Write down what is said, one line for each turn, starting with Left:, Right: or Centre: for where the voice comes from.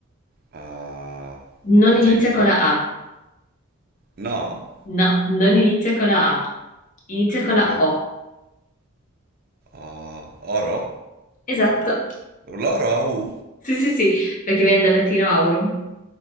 Right: Ah,
Left: Non
Right: argento?
Left: inizia con la A.
Right: No?
Left: No, non inizia con la A, inizia con
Right: Con
Left: la
Right: cos-
Left: O.
Right: ah, oro?
Left: Esatto.
Right: L'oro ha U?
Left: Sì, sì, sì, perché viene dal latino aurum.